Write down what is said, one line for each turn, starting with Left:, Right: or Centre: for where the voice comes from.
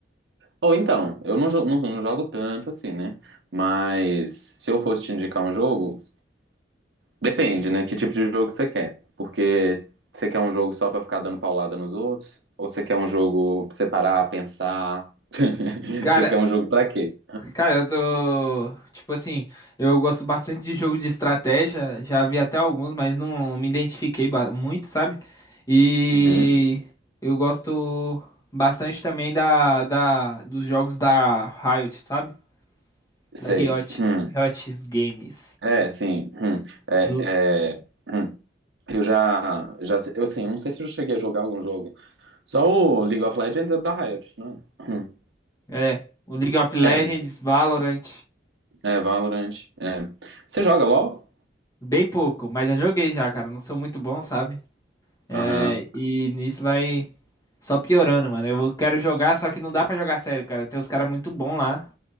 Right: Ou então, eu não, jo- não, não jogo tanto assim, né? Mas se eu fosse te indicar um jogo, depende, né? Que tipo de jogo você quer. Porque você quer um jogo só pra ficar dando paulada nos outros? Ou você quer um jogo pra você parar, pensar? <laughs>
Left: Cara,
Right: Você quer um jogo pra quê?
Left: Cara, eu tô. Tipo assim, eu gosto bastante de jogo de estratégia. Já vi até alguns, mas não me identifiquei ba- muito, sabe? E
Right: Uhum,
Left: eu gosto bastante também da, da, dos jogos da Riot, sabe?
Right: sei.
Left: Da Riot.
Right: Hum.
Left: Riot Games.
Right: É, sim. hum, é,
Left: L-
Right: é, hum. Eu já, já, se- eu assim, não sei se eu cheguei a jogar algum jogo. Só o League of Legends é da Riot, não é? Hum.
Left: É, o League of Legends,
Right: É,
Left: Valorant.
Right: é Valorant. é. Você joga LoL?
Left: Bem pouco, mas já joguei já, cara. Não sou muito bom, sabe? É,
Right: Aham.
Left: e nisso vai só piorando, mano. Eu quero jogar, só que não dá pra jogar sério, cara. Tem uns caras muito bons lá.